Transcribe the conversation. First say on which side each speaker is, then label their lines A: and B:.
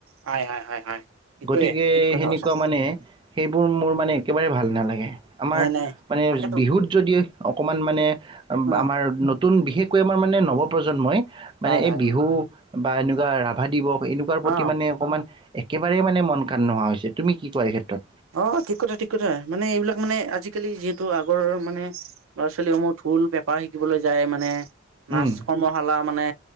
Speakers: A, on the right; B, on the right.
A: হয', হয়', সটয়ে
B: গতিকে
A: কিঠিক কথা
B: সেনেকুৱা
A: কছা।
B: মানে সেইবোৰ মোৰ মানে একেবাৰে ভাল নালাগে। আমাৰ
A: নাই নাই
B: মানে
A: তাকেতো
B: বিহুত যদি অকমান মানে
A: অ
B: আমাৰ নতুন বিশেষকৈ আমাৰ মানে নৱপ্ৰজন্মই
A: হয়
B: মানে
A: হয়
B: এই বিহু
A: হয়
B: বা এনেকুৱা ৰা ভাদ দিব এনেকুৱা প্ৰতি
A: অ
B: মানে অকমান একেবাৰে মানে মন কণ নোহোৱা হৈছে তুমি কি কোৱা এই ক্ষেত্ৰত
A: অ ঠিক কথা ঠিক কথা মানে এইবিলাক মানে আজিকালি যিহেতু আগৰ মানে ল'ৰা ছোৱালীসমূহ ঢুল পেপাৰ শিকিবলৈ যায় মানে নাৰ্ছ
B: উম,
A: কৰ্মশালা মানে